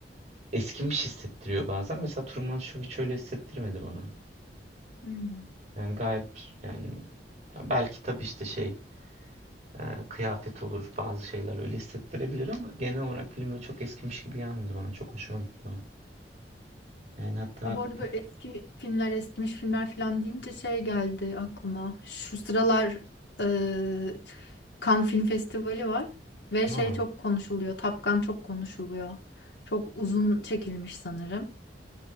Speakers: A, on the right; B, on the left.
A: eskimiş hissettiriyor bazen. Mesela Truman Show hiç öyle hissettirmedi bana.
B: Hmm.
A: Yani gayet yani belki tabii işte şey e, kıyafet olur bazı şeyler öyle hissettirebilir ama genel olarak filmler çok eskimiş gibi gelmedi bana. Çok hoşuma gitti o. Yani hatta
B: Ya bu arada
A: bu
B: böyle eski filmler, eskimiş filmler falan deyince şey geldi aklıma. Şu sıralar e, Cannes Film Festivali var ve
A: ha.
B: şey çok konuşuluyor. Top Gun çok konuşuluyor. Çok uzun çekilmiş sanırım.